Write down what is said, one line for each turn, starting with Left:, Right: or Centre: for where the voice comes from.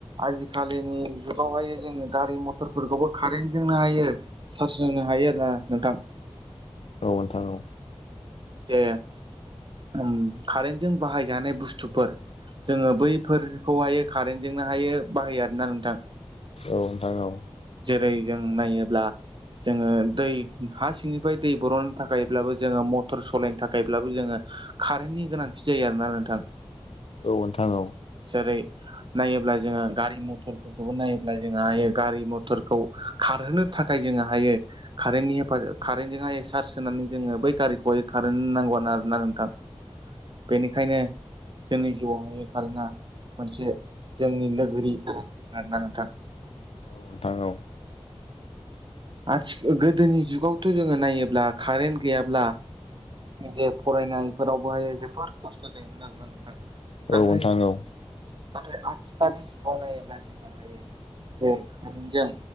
Right: आजिखालिनि जुगावहाय जोङो गारि मथरफोरखौबो कारेन्टजोंनो हायो चार्ज होनो हायो आरो ना नोंथां
Left: औ नोंथां औ
Right: जे उम कारेनजों बाहायजानाय बुस्थुफोर जोङो बैफोरखौहाय कारेन्ट जोंहाय बेयो बाहायो आरोना नोंथां।
Left: औ नोंथां औ।
Right: जेरै जों नायोब्ला जोङो दै हा सिंनिफ्राय दै बर'ननो थाखायब्लाबो जोङो मटर सालायनो थाखायब्लाबो जोङो कारेन्टनि गोनांथि जायो आरोना नोंथां।
Left: औ नोंथां औ
Right: जेरै नायोब्ला जोङो गारि मथरफोरखौबो नायोब्ला जोङो हायो गारि मट फोरखौ खारहोनो थाखाय जोङो हायो कारेन्टनि हेफाजाब कारेन्टजोंहाय चार्ज होनानै जोङो बै गारिखौहाय कारोन नांगौ ना आरो ना नोंथां। बेनिखायनो जोंनि जिउआवहाय कारेन्टआ मोनसे जोंनि लोगोरि। फोर आरो ना नोंथां।
Left: औ नोंथां औ।
Right: आथि गोदोनि जुगावथ' जोङो नायोब्ला कारेन्ट गैयाब्ला जे फरायनायफोरावबोहाय जोबोर खस्थ' जायोमोन आरोना नोंथां
Left: औ
Right: नाथाय
Left: नोंथां औ
Right: नाथाय आथिखालनि जुगाव नायोब्ला जोङोहायो बे कारेनजों